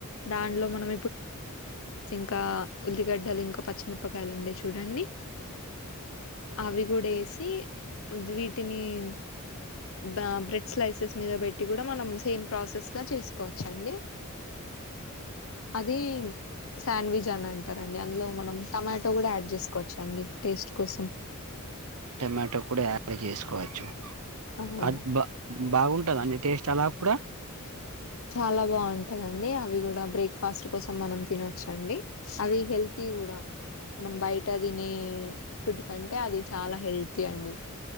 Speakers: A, on the left; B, on the right.
A: దానిలో మనం ఇంకా ఉల్లిగడ్డలు ఇంకా పచ్చిమిరపకాయలు ఉండే చూడండి అవి కూడా వేసి టీ <unintelligible> తానేం బ బ్రెడ్ స్లైసాస్ మీద పెట్టి కూడా మనం సేమ్ ప్రాసెస్ గా చేసుకోవచ్చండి అది సాండ్విజ్ అని అంటారు అండి అందులో మనం టొమాటో కూడా యాడ్ చేసుకోవచ్చ అండి టేస్ట్ కోసం
B: టొమాటో కూడా యాడ్ చేసుకో కోవచ్చు
A: అవును
B: అది బా బాగుంటద అండి టేస్ట్ అలా కూడా
A: చాలా బాగుంటందండి అవి కూడా బ్రేక్ఫాస్ట్ కోసం మనం తినొచ్చండి అది హెల్తీ కూడా మనం బయట తినే ఫుడ్ కంటే అది చాలా హెల్తీ అండి